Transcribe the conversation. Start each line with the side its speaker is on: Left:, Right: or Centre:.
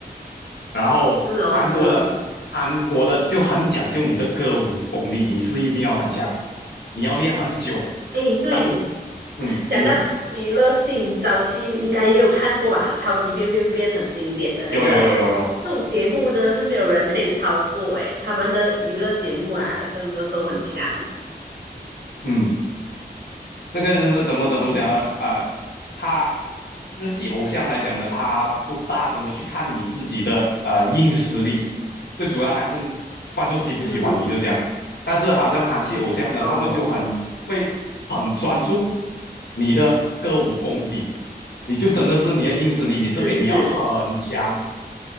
Left: 然后韩国的韩国的就很讲究你的歌舞功力，
Right: 是哦，是哦，
Left: 你是一定要很强，你要练很久。
Right: 哎，对，
Left: 当嗯，
Right: 讲到娱乐性，
Left: 你
Right: 早期你应该也有看过吧，《超级变变变》很经典的那个，
Left: 有有有有有，
Right: 这种节目真的是没有人可以超过诶，他们的娱乐节目啊，真的都很强。
Left: 嗯。这个就是怎么怎么怎么讲呢？
Right: 嗯
Left: 啊、他日系偶像来讲呢，他不大怎么去看你自己的呃硬实力，最主要还是观众喜不喜欢你，
Right: 嗯，
Left: 就是这样。但是好像韩系偶像呢，
Right: 哦，
Left: 他们就很会很专注你的歌舞功底，你就真的是你的硬实力，你这边你要很强，
Right: 是是，